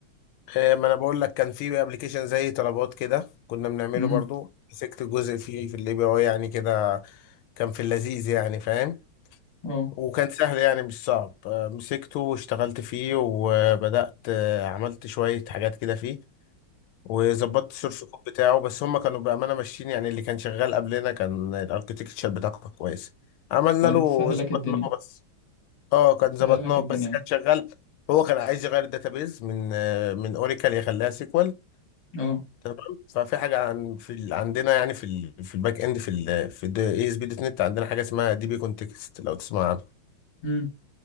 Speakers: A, on the left; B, on the left.
A: آه، ما انا بقول لك كان في ابلكيشن زي طلبات كده كنا بنعمله
B: امم
A: برضو مسكت جزء فيه في الاي بي اي يعني كده كان في اللذيذ يعني فاهم
B: اه
A: وكان سهل يعني مش صعب آه، مسكته واشتغلت فيه وبدأت آه، عملت شوية حاجات كده فيه وظبطت السورس كود بتاعه بس هم كانوا بأمانة ماشيين يعني اللي كان شغال قبلنا كان الاركتكتشر بتاعه كان كويس عملنا
B: فانت
A: له
B: سهل
A: ظبطناه
B: لك الدنيا
A: بس اه كان
B: سهل
A: ظبطناه
B: لك الدنيا
A: بس
B: يعني
A: كان شغال هو كان عايز يغير الداتابيز من آه، من اوريكل يخليها سيكوال
B: اه
A: تمام ففي حاجه عن في ال... عندنا يعني في ال... في الباك اند في ال... في اي اس بي دوت نت عندنا حاجه اسمها دي بي كونتكست لو تسمع عنها
B: امم